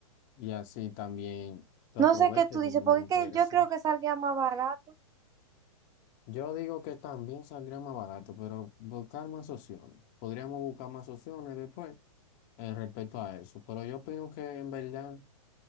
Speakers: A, on the left (about 40°); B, on the right (about 20°).
A: y así también tú aprovechas
B: No sé qué tú dices,
A: y tú mismo
B: porque es que
A: podrías
B: yo creo
A: hacer.
B: que saldría más barato,
A: Yo digo que también saldría más barato, pero buscar más opciones. Podríamos buscar más opciones después eh, respecto a eso. Pero yo opino que en verdad